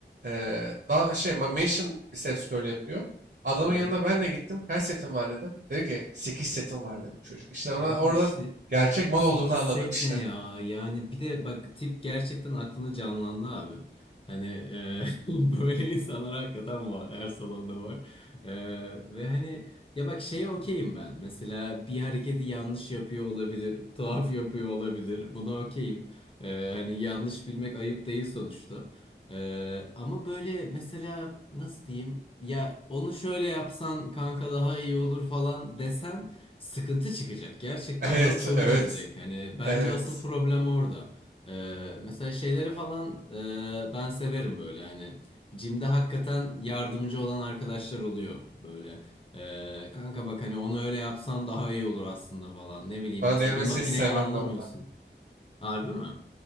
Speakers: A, on the right; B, on the left.
A: Eee daha şey ma- Mansion biceps curl yapıyor. Adamın
B: aha.
A: yanına ben de gittim. Kaç setin var dedim. Dedi ki 8 setim var dedi bu çocuk. İşte orada,
B: Abi
A: orada
B: işte
A: gerçek mal
B: 8
A: olduğunu anladım
B: set
A: işte.
B: ne ya?
A: <laughs>
B: Yani bir de bak tip gerçekten aklına canlandı abi. Hani e, <laughs> böyle insanlar hakikaten var. Her salonda var. E, ve hani ya bak şeye okeyim ben. Mesela bir hareketi yanlış yapıyor olabilir. Tuhaf yapıyor olabilir. Buna okeyim. E, hani yanlış bilmek ayıp değil sonuçta. E, ama böyle mesela nasıl diyeyim? Ya onu şöyle yapsan kanka daha iyi olur falan desen sıkıntı çıkacak. Gerçekten
A: Evet,
B: adam sorun
A: evet,
B: edecek. Hani bence
A: evet.
B: asıl problem orada. Ee, mesela şeyleri falan e, ben severim böyle hani Jim'de hakikaten yardımcı olan arkadaşlar oluyor böyle. Ee, kanka bak hani onu öyle yapsan daha iyi olur aslında falan. Ne bileyim
A: Bana
B: mesela
A: denilmesini
B: bir makineyi
A: hiç sevmem
B: anlamıyorsun.
A: bu arada.
B: Harbi mi?